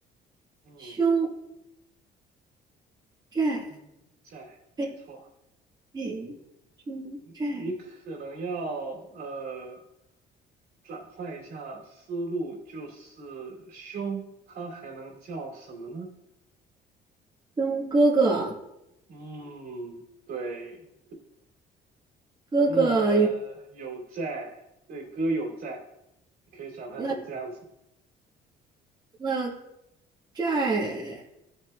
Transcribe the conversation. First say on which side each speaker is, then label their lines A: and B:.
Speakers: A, on the right (about 65°); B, on the right (about 25°).
A: <laughs> 嗯，
B: 兄债，
A: 胸在，
B: 背
A: 没错。
B: 背，兄债，
A: 你可能要呃转换一下思路，就是胸它还能叫什么呢？
B: 兄哥哥，
A: 嗯，对，
B: 哥哥有
A: 那有在，对，歌有在，你可以转换成这样子。
B: 那那债，